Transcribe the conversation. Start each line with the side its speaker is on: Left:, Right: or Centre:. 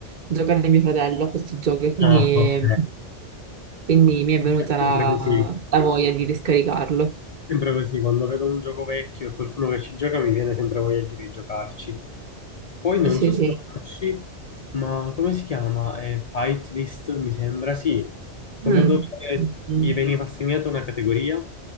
Right: giocare mio fratello a questo gioco e quindi,
Left: Ah, ok.
Right: quindi mi è
Left: È
Right: venuta la,
Left: sempre così.
Right: la voglia di riscaricarlo.
Left: Sempre così, quando vedo un gioco vecchio e qualcuno che ci gioca mi viene sempre voglia di rigiocarci. Poi non
Right: Sì,
Left: so
Right: sì.
Left: se lo conosci, ma come si chiama? Eh, Fight List, mi sembra, sì. Quello
Right: Mm.
Left: dove
Right: Mm.
Left: ti veniva assegnata una categoria.